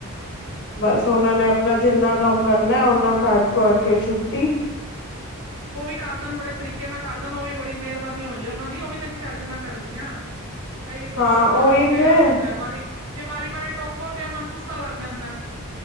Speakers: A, on the right (about 80°); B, on the left (about 55°).
A: ਹੂੰ,
B: ਬਸ ਉਹਨਾਂ ਨੇ ਆਪਣਾ
A: ਹਾਂ
B: ਜਿੰਨਾ ਕੰਮ ਕਰਨਾ ਓਨਾ ਕਰ ਘ ਕੇ ਛੁੱਟੀ।
A: ਉਹ ਵੀ ਕਰਦਣ ਬੜੇ ਤਰੀਕੇ ਨਾਲ ਕਰਦਣ, ਉਹ ਵੀ ਬੜੀ ਮਿਹਰਬਾਨੀ ਹੋ ਜੇ ਉਹਨਾਂ ਦੀ ਉਹ ਵੀ ਚਾਜ ਨਾਲ ਕਰਦੀ ਆ। ਬਾਈ ਕੁੱਛ
B: ਹਾਂ ਉਹੀ
A: ਆਪ ਕਹਿਣਾ
B: ਤੇ
A: ਪੈਂਦਾ ਵਾਰੀ, ਜੇ ਵਾਰੀ-ਵਾਰੀ ਟੋਕੋ ਤੇ ਉਹਨਾ ਨੂੰ ਗੁੱਸਾ ਲੱਗ ਜਾਂਦਾ।